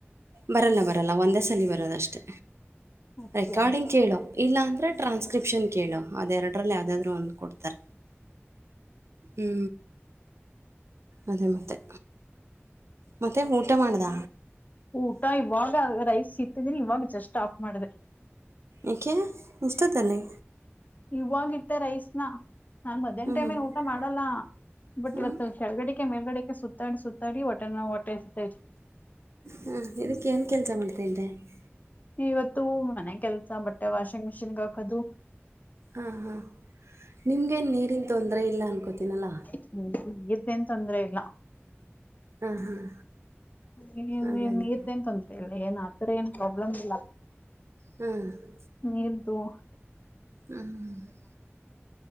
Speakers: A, on the right (about 70°); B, on the left (about 35°).
A: ಬರಲ್ಲ ಬರಲ್ಲ ಒಂದೇ ಸಲಿ ಬರೋದ ಅಷ್ಟೇ.
B: ಓಕೆ
A: ರೆಕಾರ್ಡಿಂಗ್ ಕೇಳು. ಇಲ್ಲಾಂದರೆ ಟ್ರಾನ್ಸ್ಕ್ರಿಪ್ಷನ್ ಕೇಳು ಅದ ಎರಡರಲ್ಲಿ ಯಾವದಾದ್ರು ಒಂದ ಕೊಡ್ತಾರ. ಹ್ಞೂ ಅದೇ ಮತ್ತೆ ಮತ್ತೆ ಊಟ ಮಾಡ್ದ.
B: ಊಟ ಇವಾಗ ರೈಸ್ ಇತ್ತಿದೀನಿ ಇವಾಗ ಜಸ್ಟ್ ಆಫ್ ಮಾಡದೆ.
A: ಏಕೆ ಇಷ್ಟತಲ್ಲಿ
B: ಇವಾಗ ಇಟ್ಟ ರೈಸ್ ನಾನ್ ಮಧ್ಯಾಹ
A: ಹ್ಞೂ
B: ಟೈಮೇ
A: ಹ್ಞೂ
B: ಊಟ ಮಾಡ ನೋಡಲ್ಲ ಬಟ್ ಇವತ್ತು
A: ಹಾಂ
B: ಕೆಲಡಗೇಕಿ ಮೇಲ್ಗಡೆಗೆ ಸುತ್ತಾಡಿ ಸುತ್ತಾಡಿ ಹೊಟ್ಟೆ ನೋವು ಹೊಟ್ಟೆಸತೈತಿ.. <unintelligible>
A: ಹಾಂ ಇದಕ್ಕೆೇ ಏನು ಕೆಲಸ ಮಾಡ್ತಿದ್ದೆ? <unintelligible>
B: ಇವತ್ತು ಮನೆ ಕೆಲ್ಸ ಬಟ್ಟೆ ವಾಷಿಂಗ್ ಮಿಷಿನ್ ಹಾಕದು! <inaudible>
A: ಹಾ ಹಾ ನಿಮ್ಗೇನು ನೀರಿನ ತೊಂದರೆ ಇಲ್ಲ ಅನ್ಕೋತೀನಲ್ಲಾ! <inaudible>
B: ಹ್ಮಇವರದು ಏನು ತೊಂದ್ರೆ ಇಲ್ಲ! <unintelligible>
A: ಹಾಂ ಹಾಂ
B: ಇನ್ನು
A: ಅದೇ
B: ಏನ್ನ್
A: ಅದೇ
B: ನಿರುದು ಏನು ತೊಂದರೆ ಇಲ್ಲ ಏನ್ ಆತರ ಏನ್ ಪ್ರಾಬ್ಲಮ್ ಇಲ್ಲ. <unintelligible>
A: ಹ್ಮ. <inaudible>
B: ನಿರುದ್ಹು. <inaudible>
A: ಹ್ಮ್ ಹ್ಮ. <inaudible>